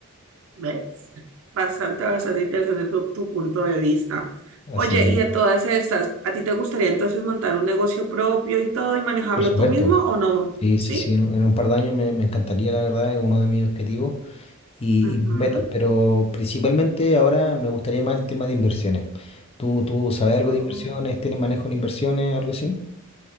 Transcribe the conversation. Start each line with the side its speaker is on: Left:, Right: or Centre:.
Right: ¿Ves? Bastante, bastante interesante tu, tu punto de vista.
Left: Así,
Right: Oye, y de todas estas, ¿a ti te gustaría entonces montar un negocio propio y todo y manejarlo
Left: por supuesto.
Right: tú mismo o no?
Left: Sí,
Right: ¿Sí?
Left: sí, sí, en en un par de años me, me encantaría, la verdad, es uno de mis objetivos y,
Right: Ujú.
Left: y mis metas, pero principalmente ahora me gustaría más el tema de inversiones. ¿Tú, tú sabes algo
Right: Ok.
Left: de inversiones? ¿Tienes manejo en inversiones, algo así?